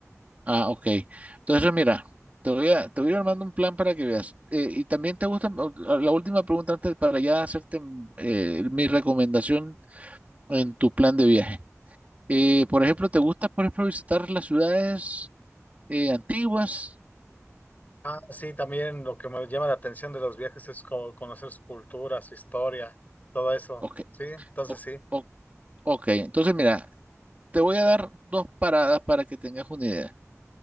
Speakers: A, on the right (about 30°); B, on the left (about 30°).
A: Ah, ok. Entonces, mira, te voy a, te voy a ir armando un plan para que veas. Eh, y también te gusta, o- o la última pregunta antes para ya hacerte mm, eh, mi recomendación en tu plan de viaje. Eh, por ejemplo, ¿te gusta, por ejemplo, visitar las ciudades eh, antiguas?
B: Ah, sí, también lo que me llama la atención de los viajes es como conocer su cultura, su historia, todo eso.
A: Ok,
B: Sí, entonces
A: o-
B: sí.
A: o- ok. Entonces, mira, te voy a dar dos paradas para que tengas una idea.